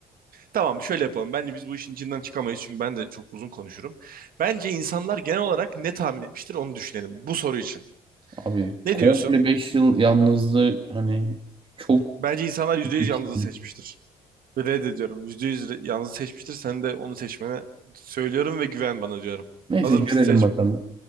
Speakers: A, on the right; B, on the right.
A: Tamam şöyle yapalım. Bence biz bu işin içinden çıkamayız çünkü ben de çok uzun konuşurum. Bence insanlar genel olarak ne tahmin etmiştir onu düşünelim bu soru için.
B: Abi
A: Ne
B: komple
A: diyorsun?
B: 5 yıl yalnızlığı hani çok
A: Bence insanlar yüzde
B: büyük
A: yüz
B: bir
A: yalnızlığı
B: kitle.
A: seçmiştir. Reddediyorum. %100 yalnızı seçmiştir. Sen de onu seçmene söylüyorum ve güven bana diyorum.
B: Neyse
A: Hazır
B: görelim
A: mısın? Seç.
B: bakalım.